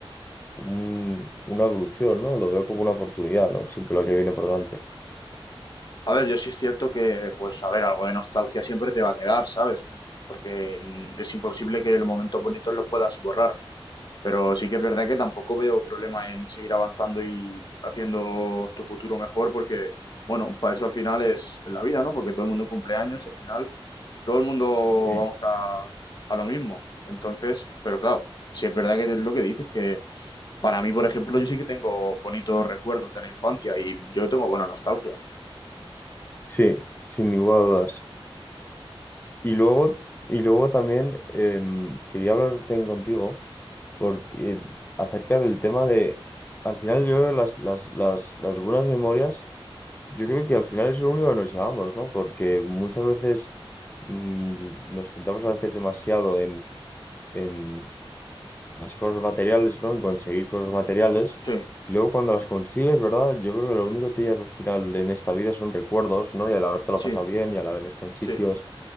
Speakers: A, on the left (about 20°); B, on the left (about 45°).
A: un- una evolución, ¿no? Lo veo como una oportunidad, ¿no? Siempre lo que viene por delante.
B: A ver, yo sí es cierto que, pues, a ver, algo de nostalgia siempre te va a quedar, ¿sabes? Porque mm, es imposible que los momentos bonitos los puedas borrar. Pero sí que es verdad que tampoco veo problema en seguir avanzando y haciendo tu futuro mejor porque, bueno, para eso al final es la vida, ¿no? Porque todo el mundo cumple años, al final todo el mundo
A: Sí.
B: vamos a, a lo mismo. Entonces, pero claro, sí es verdad que es lo que dices, que para mí, por ejemplo, yo sí que tengo bonitos recuerdos de la infancia y yo tengo buena nostalgia.
A: Sí, sin ninguna duda. Y luego, y luego también em, quería hablar también contigo porque acerca del tema de, al final yo creo que las, las, las, las buenas memorias, yo creo que al final es lo único que nos llevamos, ¿no? Porque muchas veces mm, nos centramos a veces demasiado en, en las cosas materiales, ¿no? En conseguir cosas materiales.
B: Sí,
A: Y luego cuando las consigues, ¿verdad? Yo creo que lo único que te llevas al final en esta vida son recuerdos, ¿no? Y al habértelo
B: sí,
A: pasado bien, y al haber estado en sitios,
B: sí.